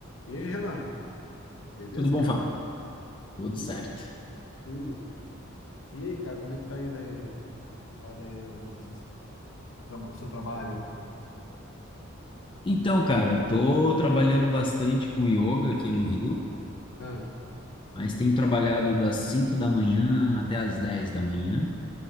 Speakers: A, on the left; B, on the left.
A: E aí, Renan? Beleza,
B: Tudo bom,
A: cara?
B: Fábio?
A: Tudo,
B: Tudo certo.
A: tudo. E aí, cara, como é que tá indo aí, lá daí, né, o seu o seu trabalho?
B: Então, cara, tô trabalhando bastante com yoga
A: <clears throat>
B: aqui no Rio,
A: Ah,
B: mas tenho trabalhado das 5 da manhã até as 10 da manhã